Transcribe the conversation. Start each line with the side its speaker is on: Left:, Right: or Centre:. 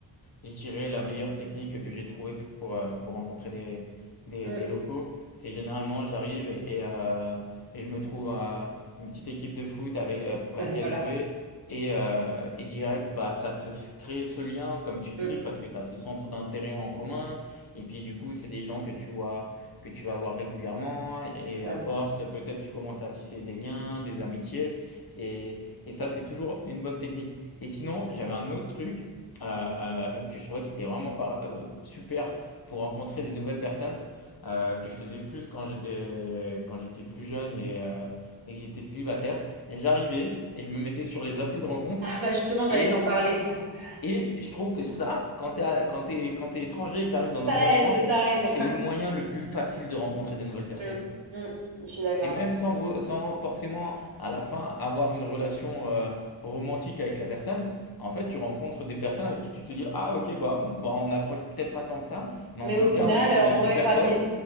Left: je dirais la meilleure technique que j'ai trouvée pour, euh, pour rencontrer des, des,
Right: Mm,
Left: des locaux, c'est généralement j'arrive et, et, euh, et je me trouve euh, une petite équipe de foot avec, euh, pour laquelle
Right: mm. <laughs> Voilà.
Left: jouer. Et, euh, et direct, bah, ça te f- crée ce lien, comme tu dis,
Right: Mm,
Left: parce que tu as ce centre d'intérêt en commun. Et puis du coup, c'est des gens que tu vois, que tu vas voir régulièrement. Et
Right: Totalement.
Left: à force, peut-être tu commences à tisser des liens, des amitiés. Et, et ça, c'est toujours une bonne technique. Et sinon, j'avais un autre truc euh, que je trouvais qui était vraiment par- euh, super pour rencontrer des nouvelles personnes euh, que je faisais plus quand j'étais quand j'étais plus jeune et, euh, et que j'étais célibataire. J'arrivais et je me mettais sur les applis de rencontre
Right: Ah bah justement j'allais
Left: et
Right: t'en parler. <laughs>
Left: et je trouve que ça, quand t'es à- quand t'es quand t'es étranger et que t'arrives dans un
Right: Ça
Left: nouvel endroit,
Right: aide, ça aide.
Left: c'est
Right: <laughs>
Left: le moyen le plus facile de rencontrer des nouvelles personnes.
Right: Mm, mm, Je suis d'accord.
Left: Et même sans, vo- sans forcément à la fin avoir une relation euh, romantique avec la personne, en fait tu rencontres des personnes avec qui tu te dis ah ok bah, bah, on accroche peut-être pas tant que ça, mais
Right: Mais
Left: en tout
Right: au final,
Left: cas on serait
Right: euh,
Left: de
Right: on pourrait
Left: super
Right: être amis.
Left: potes